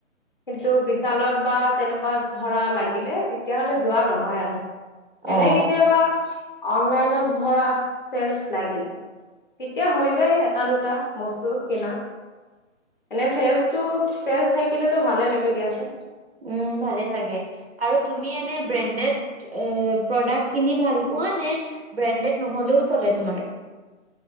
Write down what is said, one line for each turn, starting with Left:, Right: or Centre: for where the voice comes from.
Left: কিন্তু বিশালত বা তেনেকুৱা ধৰা লাগিলে তেতিয়াহ'লে যোৱা নহয় আৰু। এনেই
Right: অ',
Left: কেতিয়াবা অ'। অনলাইনত ধৰা, ছেলচ লাগিলে, তেতিয়া হৈ যায় এট দুটা দুটা বস্তু কিনা, এনে ছেলচটোজ ছেলচ থাকিলেতটো ভালে লাগি দিয়াচোন।
Right: উ ভালে লাগে আৰু তুমি এনে ব্ৰেণ্ডেড প্ৰডাক্ট কিনি ভাল পোৱা নে ব্ৰেণ্ডেড নহলেও চলে তোমাৰ